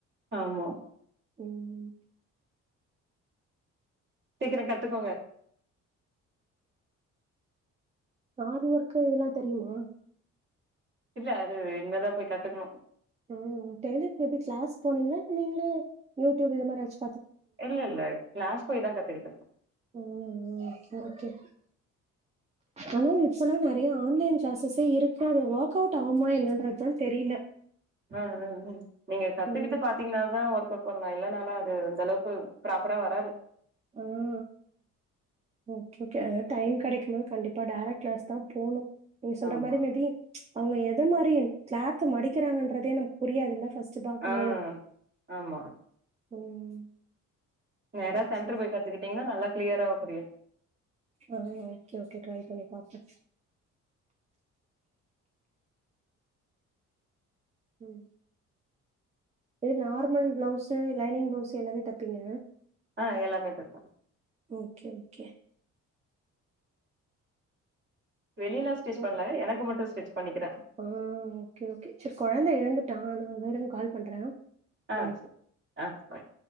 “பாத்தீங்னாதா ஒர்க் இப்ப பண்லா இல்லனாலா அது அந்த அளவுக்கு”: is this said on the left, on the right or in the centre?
Right